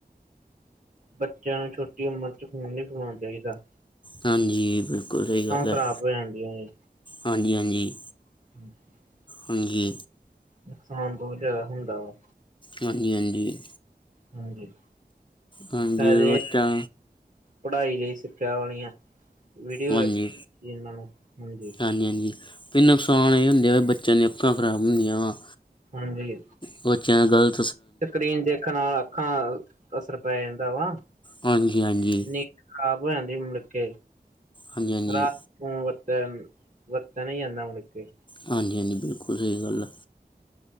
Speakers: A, on the right (about 50°); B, on the left (about 30°).
A: ਬੱਚਿਆਂ ਨੂ ਛੋਟੀ ਉਮਰ ਚ ਫੋਨ ਨੀ ਫਡਾਉਣਾ ਚਾਈਦਾ।
B: ਹਾਂਜੀ, ਬਿਲਕੁਲ ਸਈ ਗਲ ਹੈ,
A: ਖ਼ਰਾਬ ਹੋ ਜਾਂਦੀਆਂ ਨੇ
B: ਹਾਂਜੀ, ਹਾਂਜੀ।
A: <unintelligible>
B: ਹਾਂਜੀ
A: ਨੁਕਸਾਨ ਬਹੁਤ ਜਿਆਦਾ ਹੁੰਦਾ ਵਾ
B: ਹਾਂਜੀ ਹਾਂਜੀ।
A: ਹਾਂਜੀ।
B: ਹਾਂਜੀ
A: ਫਾਇਦੇ
B: ਉੱਚਾ
A: ਪੜ੍ਹਾਈ ਲਈ ਸਿੱਖਿਆ ਵਾਲੀਆਂ ਵੀਡੀਓ
B: ਹਾਂਜੀ
A: ਇਹਨਾਂ ਨੂੰ ਹਾਂਜੀ
B: ਹਾਂਜੀ ਹਾਂਜੀ ਨੁਕਸਾਨ ਇਹ ਹੁੰਦਾ ਵੀ ਬੱਚਿਆਂ ਦੀਆਂ ਅੱਖਾਂ ਖਰਾਬ ਹੁੰਦੀਆਂ ਵਾਂ
A: ਹਾਂਜੀ
B: ਕੁਛ
A: ਸਕਰੀਨ ਦੇਖਣ ਨਾਲ ਅੱਖਾਂ ਅਸਰ ਪੈ ਜਾਂਦਾ ਵਾ
B: ਹਾਂਜੀ ਹਾਂਜੀ।
A: ਨ ਖਰਾਬ ਹੋ ਜਾਂਦੀ ਮੁਲਕੇ
B: ਹਾਂਜੀ ਹਾਂਜੀ
A: ਰਾਤ ਹੂੰ ਵਰਤਨ ਵਰਤਿਆ ਨੀ ਜਾਂਦਾ ਮੁੜਕੇ
B: ਹਾਂਜੀ ਹਾਂਜੀ ਬਿਲਕੁਲ ਸਹੀ ਗੱਲ ਆ।